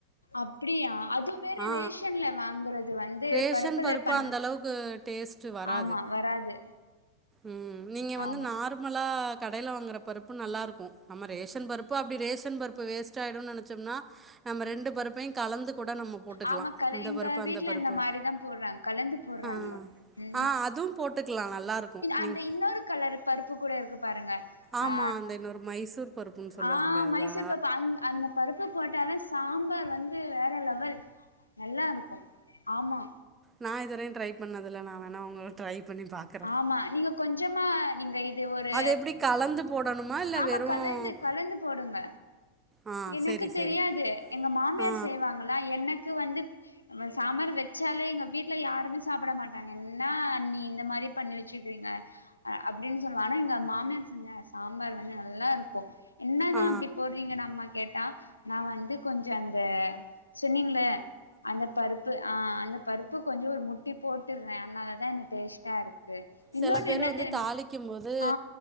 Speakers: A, on the left; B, on the right.
A: அப்டியா அது வேற
B: ஆ
A: ரேஷன்ல வாங்குறது வந்து
B: ரேஷன்
A: பருப்புல
B: பருப்பு
A: பண்ண
B: அந்த அளவுக்கு டேஸ்ட் வராது.
A: ஆமா வராது
B: ம் நீங்க வந்து
A: ஆமா
B: நார்மலா ஆ கடையில வாங்குற பருப்பு நல்லா இருக்கும் நம்ம ரேஷன் பருப்பு அப்படி ரேஷன் பருப்பு வேச ட் ஆயிடும்னு நினைச்சோம்னா நம்ம ரெண் பருப்பையும் கலந்து கூட நம்ம போட்டுக்கலா
A: ஆமா கல
B: இந்த
A: எங்க
B: பருப்பு அந்த
A: வீட்டுல
B: பருப்பு
A: இந்த மாரிதா போடுறாங்க கலந்து போடுறாங்க
B: ஆ
A: ம்
B: ஆ அதுவு போட்டுக்கலா நல்லாருக்கு
A: அந்த
B: நீங்
A: இன்னொரு கலர் பருப்பு கூட இருக்கு பாருங்க
B: ஆமா
A: ஆ
B: அந்த இன்னொரு மைசூர் பருப்புன்னு சொல்லுவாங்களே
A: ஆ
B: அதா
A: மைசூர் பருப்பு அந் அந்த பருப்பு போட்டால சாம்பார் வந்து வேற லெவல் நல்லா இருக்கும் ஆமா
B: நான் இதுவர ட்ரை பண்ணதுல நான் வேணா <unintelligible> ட்ரை பண்ணி பாக்குறேன்
A: ஆமா நீங்க கொஞ்சமா நீங்க இது ஒரு
B: அது எப்டி கலந்து போடணுமா இல்ல
A: ஆமா
B: வெறு
A: கலந்து கலந்து போடுங்க
B: ஆ
A: எனக்கு
B: செரி செரி
A: தெரியாது எங்க மாமியார்
B: ஆ
A: செய்வாங்களா எனக்கு வந்து நா சாம்பார் வச்சாலே எங்க வீட்டுல யாருமே சாப்பிட மாட்டாங்க என்ன அண்ணி இந்த மாரி பண்ணி வச்சுக்கிறீங்க அஹ் அப்படினு சொல்லுவா எங்க மாமியார் செஞ்ச சாம்பார் வந்து நல்லா இருக்கும் என்ன
B: ஆ
A: தான் அப்படி போடுறீங்கன்னம்மா கேட்டா நான் வந்து கொஞ்சம் அந்த சொன்னிங்கள அந்த பருப்பு ஆஹ் அந்த பருப்பு கொஞ்சம் முட்டி போட்டுறேன் அதனாலதான் டேஸ்ட்டா இருக்கு
B: செல
A: இன்னொன்னு
B: பேரு
A: என்ன
B: வந்து
A: தெரியுமா
B: தாளிக்கும் போது
A: ஆ